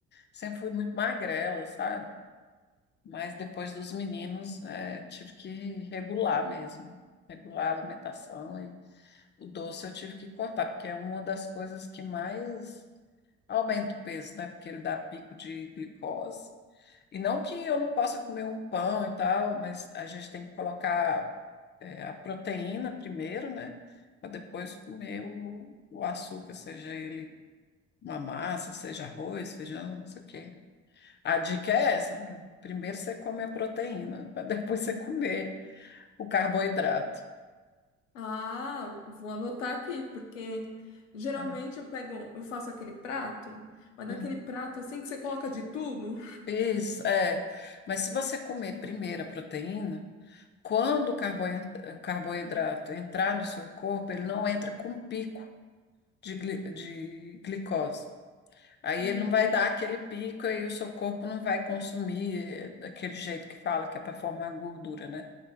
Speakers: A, on the left; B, on the left.
A: sempre fui muito magrela, sabe? Mas depois dos meninos, é, tive que regular mesmo, regular a alimentação e o doce eu tive que cortar, porque é uma das coisas que mais aumenta o peso, né? Porque ele dá pico de glicose. E não que eu não possa comer um pão e tal, mas a gente tem que colocar, é, a proteína primeiro, né? Para depois comer o, o açúcar, seja ele uma massa, seja arroz, feijão, não sei o quê. A dica é essa, Bruno. Primeiro você come a proteína, para <laughs> depois você comer o carboidrato.
B: Ah, vou anotar aqui, porque geralmente
A: É.
B: eu pego, eu faço aquele prato, mas
A: Hum.
B: daquele prato assim que você coloca de tudo.
A: Isso, é. Mas se você comer primeiro a proteína, quando o carboi- carboidrato entrar no seu corpo, ele não entra com pico de, gli- de glicose. Aí
B: Hum.
A: ele não vai dar aquele pico e o seu corpo não vai consumir é, daquele jeito que fala que é para formar gordura, né?